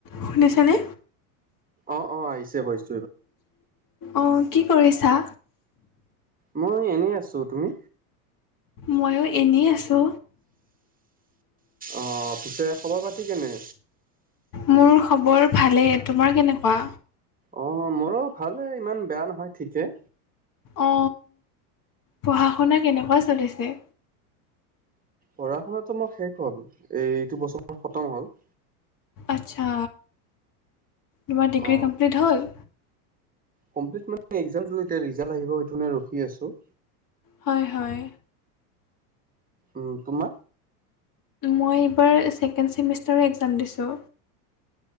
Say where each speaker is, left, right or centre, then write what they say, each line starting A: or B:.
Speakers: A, on the left; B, on the right.
A: শুনিছেনে
B: অ অ আহিছে ভইচ
A: অ কি কৰিছা?
B: মই এনেই আছো। তুমি?
A: মইয়ো এনেই আছো।
B: অ পিছে খবৰ পাতি কেনে?
A: মোৰ খবৰ ভালেই। তোমাৰ কেনেকুৱা?
B: অ মোৰো ভালে ইমান বেয়া নহয় ঠিকে।
A: অ পঢ়া-শুনা কেনেকুৱা চলিছে?
B: পঢ়া-শুনাতো মোৰ শেষ হ'ল এই এইটো বছৰ খতম হ'ল।
A: আচ্ছা তোমাৰ ডিগ্ৰী
B: অ
A: কমপ্লিট হ'ল
B: কমপ্লিট মানে এতিয়া ৰিজাল্ট আহিব সেইটোনে ৰখি আছো।
A: হয় হয়
B: উম তোমা
A: মই এইবাৰ ছেকেণ্ড চেমিষ্টাৰৰ একজাম দিছোঁ।